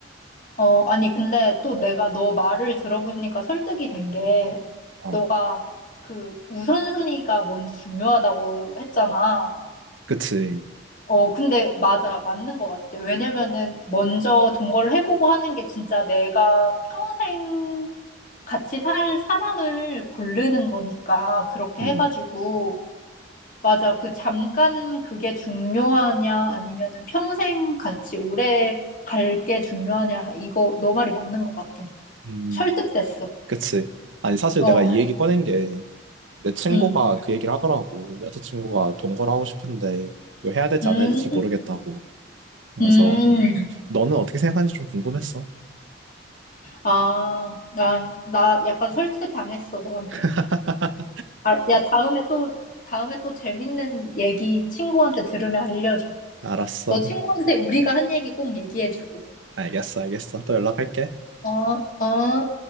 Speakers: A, on the left (about 45°); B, on the right (about 85°).
A: 어, 아니, 근데 또 내가 너 말을 들어보니까 설득이 된 게,
B: 어.
A: 너가 그 우선순위가 뭔지 중요하다고 했잖아.
B: 그치.
A: 어, 근데 맞아, 맞는 것 같아. 왜냐면은 먼저 동거를 해보고 하는 게 진짜 내가 평생 같이 살 사람을 고르는 거니까, 그렇게
B: 음.
A: 해가지고. 맞아, 그 잠깐 그게 중요하냐, 아니면은 평생 같이 오래 갈 게 중요하냐, 이거 너 말이 맞는 것 같아.
B: 음.
A: 설득됐어.
B: 그치. 아니, 사실
A: 어,
B: 내가 이 얘기 꺼낸 게 내 친구가
A: 음,
B: 그 얘기를 하더라고. 여자친구가 동거를 하고 싶은데 이거 해야 될지
A: 음,
B: 안 해야 될지 모르겠다고. 그래서
A: 음.
B: 너는 어떻게 생각하는지 좀 궁금했어.
A: 아, 나, 나 약간 설득당했어, 너한테.
B: <laughs>
A: 아, 야, 다음에 또, 다음에 또 재밌는 얘기 친구한테 들으면 알려줘.
B: 알았어.
A: 너 친구한테 우리가 한 얘기 꼭 얘기해주고.
B: 알겠어, 알겠어. 또 연락할게.
A: 어, 어.